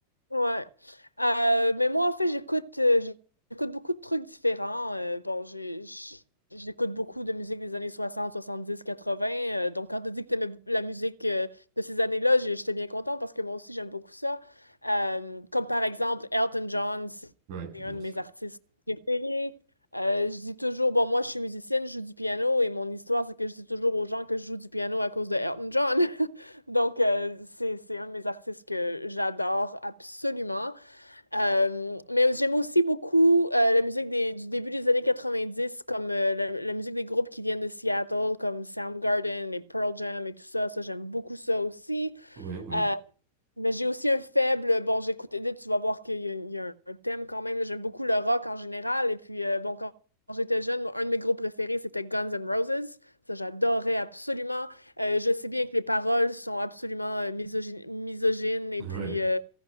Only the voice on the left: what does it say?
Ouais. Euh, mais moi, en fait, j'écoute euh, j'écoute beaucoup de trucs différents. Euh, bon, j'ai- j'- j'écoute beaucoup de musique des années 60, 70, 80. Euh, donc, quand tu dis que tu la musique euh, de ces années-là, j'ai- j'étais bien contente parce que moi aussi, j'aime beaucoup ça. Euh, comme par exemple, Elton John, c'est
c'est
un de
mes artistes préférés. Euh, je dis toujours, bon, moi, je suis musicienne, je joue du piano et mon histoire, c'est que je dis toujours aux gens que je joue du piano à cause de Elton John. <laughs> Donc, euh, c'est, c'est un de mes artistes que j'adore absolument. Euh, mais j'aime aussi beaucoup euh, la musique des- du début des années 90, comme euh, la, la musique des groupes qui viennent de Seattle, comme Soundgarden et Pearl Jam et tout ça. Ça, j'aime beaucoup ça aussi.
Euh, mais j'ai aussi un faible. Bon, j'écoute Edith, tu vas voir qu'il y a, il y a un thème quand même. là. J'aime beaucoup le rock en général. Et puis, euh, bon, quand, quand j'étais jeune, moi, un de mes groupes préférés, c'était Guns N' Roses. Ça, j'adorais absolument. Euh, je sais bien que les paroles sont absolument euh, misogynes, misogynes et
puis euh,